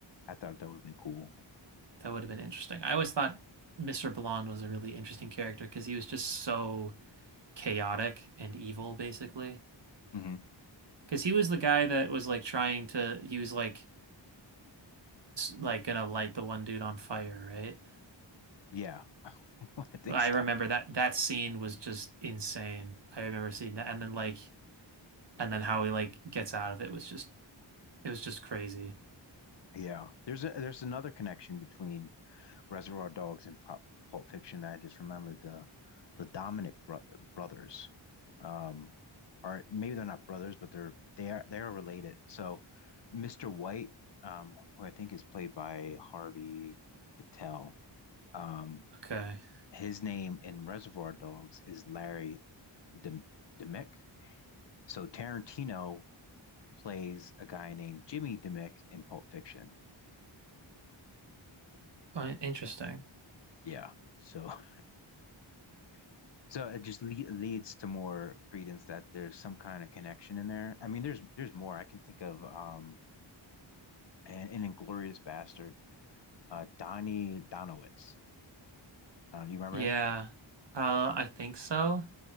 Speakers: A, on the left (about 60°); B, on the right (about 60°).
A: I thought that would have been cool.
B: That would have been interesting. I always thought Mr. Blonde was a really interesting character because he was just so chaotic and evil, basically.
A: hmm
B: Because he was the guy that was like trying to, he was like, like gonna light the one dude on fire, right?
A: Yeah, <laughs> I think
B: I
A: so.
B: remember that that scene was just insane. I remember seeing that, and then like, and then how he like gets out of it was just, it was just crazy.
A: Yeah, there's a there's another connection between Reservoir Dogs and Pop Pulp Fiction that I just remembered. The the Dominic bro brothers, um, are maybe they're not brothers, but they're they are they are related. So, Mr. White, um, who I think is played by Harvey Keitel, um,
B: Okay,
A: his name in Reservoir Dogs is Larry Dem- Demick. So Tarantino plays a guy named Jimmy Demick in Pulp Fiction.
B: Uh, Interesting.
A: Yeah. So <laughs> so it just le- leads to more credence that there's some kind of connection in there. I mean, there's there's more I can think of. Um, and in Inglorious Bastard, uh, Donnie Donowitz. Uh, you remember
B: yeah,
A: him?
B: uh, I think so.